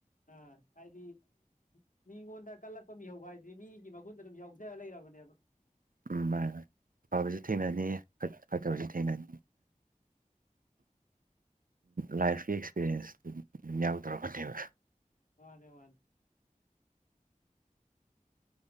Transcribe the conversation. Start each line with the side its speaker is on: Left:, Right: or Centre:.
Left: ꯑꯥ ꯍꯥꯏꯗꯤ ꯃꯤꯉꯣꯟꯗ ꯀꯜꯂꯛꯄ ꯃꯤꯍꯧꯕ ꯍꯥꯏꯁꯤ ꯃꯤꯒꯤ ꯃꯒꯨꯟꯗ ꯑꯗꯨꯝ ꯌꯥꯎꯖꯔ ꯂꯩꯔꯕꯅꯦꯕ
Right: ꯎꯝ ꯃꯥ ꯐꯐꯕꯁꯨ ꯊꯦꯡꯅꯅꯤ ꯐꯠꯇꯕꯁꯨ
Left: ꯑꯥ
Right: ꯊꯦꯡꯅꯅꯤ ꯂꯥꯏꯐꯀꯤ ꯑꯦꯛꯁꯄꯤꯔꯤꯌꯦꯟꯁꯇꯨꯝ ꯌꯥꯎꯗꯧꯔꯛꯄꯅꯦꯕ
Left: ꯍꯗꯦ ꯃꯥꯗꯦ